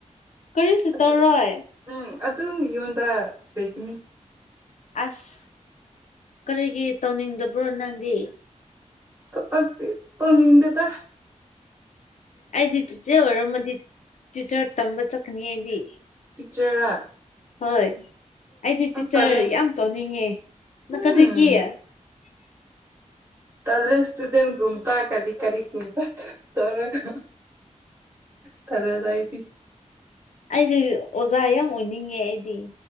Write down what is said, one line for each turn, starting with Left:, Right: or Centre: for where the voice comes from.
Left: ꯀꯔꯤꯁꯨ
Right: ꯑꯗꯨ
Left: ꯇꯧꯔꯣꯏ
Right: ꯎꯝ ꯑꯗꯨꯝ ꯌꯨꯝꯗ ꯂꯩꯒꯅꯤ
Left: ꯑꯁ ꯀꯔꯤꯒꯤ ꯇꯧꯅꯤꯡꯗꯕ꯭ꯔꯣ ꯅꯪꯗꯤ
Right: ꯄꯛꯇꯤ ꯇꯧꯅꯤꯡꯗꯦꯗ
Left: ꯑꯩꯗꯤ ꯆꯤꯆ‌ꯦ ꯑꯣꯏꯔꯝꯃꯗꯤ ꯇꯤꯆꯥꯔ ꯇꯝꯕ ꯆꯠꯀꯅꯤ ꯑꯩꯗꯤ
Right: ꯇꯤꯆꯥꯔ ꯔ‌
Left: ꯍꯣꯏ ꯑꯩꯗꯤ ꯇꯤꯆꯥꯔ
Right: ꯇꯜꯂꯦ
Left: ꯌꯥꯝ ꯇꯧꯅꯤꯡꯉꯦ ꯅ
Right: ꯎꯝ
Left: ꯀꯔꯤꯒꯤ <inaudible>
Right: ꯇꯜꯂ‌ꯦ ꯏꯁꯇꯨꯗꯦꯟ ꯒꯨꯝ ꯇꯥꯛꯀꯅꯤ ꯀꯔꯤꯒꯨꯝꯄ ꯇꯧꯔꯒ ꯇꯜꯂ‌ꯦꯗ ꯑꯩꯗꯤ
Left: ꯑꯩꯗꯤ ꯑꯣꯖꯥ ꯌꯥꯝ ꯑꯣꯏꯅꯤꯡꯉꯦ ꯑꯩꯗꯤ